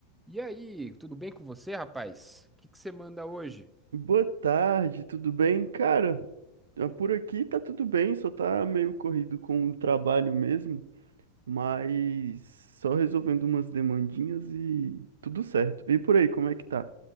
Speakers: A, in the centre; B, on the right (about 65°).
A: E aí, tudo bem com você, rapaz? O que que você manda hoje?
B: Boa tarde, tudo bem? Cara, ah, por aqui tá tudo bem, só tá meio corrido com o trabalho mesmo, mas só resolvendo umas demandinhas e tudo certo. E por aí, como é que tá?